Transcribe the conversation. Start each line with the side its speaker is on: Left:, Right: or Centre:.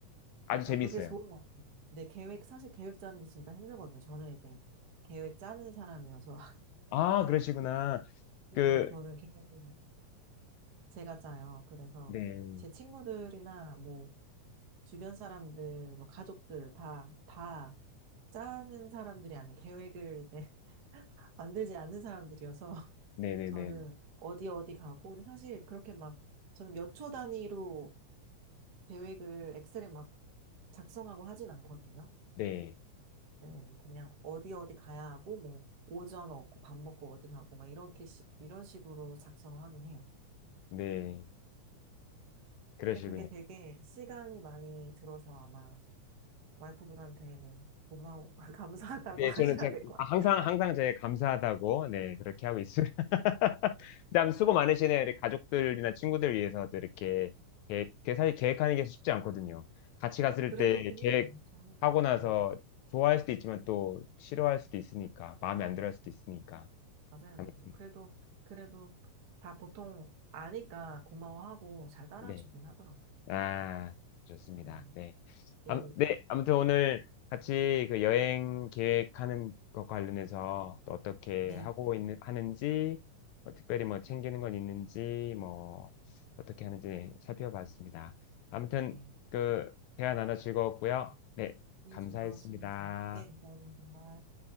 Left: 아주
Right: 그쵸.
Left: 재밌어요.
Right: 그게 좋은 것 같아요. 음, 근데 계획, 사실 계획 짜는 게 진짜 힘들거든요. 저는 이제 계획 짜는 사람이어서. <laughs>
Left: 아 그러시구나.
Right: 그 네네,
Left: 그
Right: 저는 계획은 제가 짜요. 그래서
Left: 네,
Right: 제 친구들이나 뭐 주변 사람들, 뭐 가족들 다, 다 짜는 사람들이 아니에요. 계획을 이제 만들지 않는 사람들이어서 <laughs>
Left: 네, 네,
Right: 저는
Left: 네,
Right: 어디 어디 가고 근데 사실 그렇게 막 저는 몇 초 단위로 계획을 엑셀에 막 작성하고 하진 않거든요.
Left: 네,
Right: 네, 그냥 어디 어디 가야 하고 뭐 오전 얻고 밥 먹고 어디 가고 막 이렇게 시- 이런 식으로 작성하긴 해요.
Left: 네, 그러시군요.
Right: 근데 그게 되게 시간이 많이 들어서 아마 와이프분한테는 고마워 <laughs> 감사하다고
Left: 네,
Right: 하셔야
Left: 저는 제,
Right: 될 것 같아요.
Left: 아, 항상 항상 제 감사하다고 네 그렇게 하고 있습니다. <laughs> 참 수고 많으시네요. 우리 가족들이나 친구들 위해서도 이렇게 계획, 그 사실 계획하는 게 쉽지 않거든요. 같이 갔을
Right: 그래도
Left: 때
Right: 재밌어요.
Left: 계획하고
Right: 재밌-
Left: 나서
Right: 음.
Left: 좋아할 수도 있지만 또 싫어할 수도 있으니까 마음에 안 들어 할 수도
Right: 음.
Left: 있으니까
Right: 맞아요,
Left: 아무튼
Right: 맞아요. 그래도, 그래도 다 보통 아니까 고마워하고 잘 따라주긴
Left: 네.
Right: 하더라고요.
Left: 아, 좋습니다.
Right: 음,
Left: 네.
Right: 네,
Left: 암, 네, 아무튼 오늘 같이 그 여행 계획하는 것 관련해서 또 어떻게
Right: 네,
Left: 하고 있는, 하는지, 뭐 특별히 뭐 챙기는 건 있는지, 뭐 어떻게 하는지 살펴봤습니다. 아무튼
Right: 네.
Left: 그 대화 나눠 즐거웠고요. 네,
Right: 이게
Left: 감사했습니다.
Right: 즐거웠습니다. 네, 감사합니다.